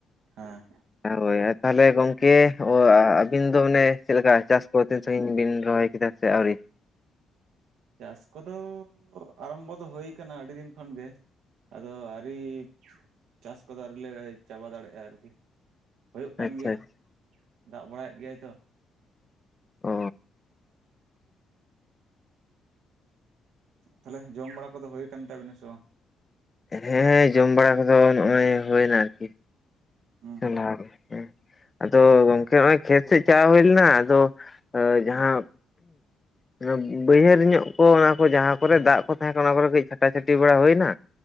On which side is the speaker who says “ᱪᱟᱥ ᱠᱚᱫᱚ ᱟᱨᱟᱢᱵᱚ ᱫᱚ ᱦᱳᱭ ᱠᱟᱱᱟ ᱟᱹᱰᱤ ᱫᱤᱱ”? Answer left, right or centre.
Right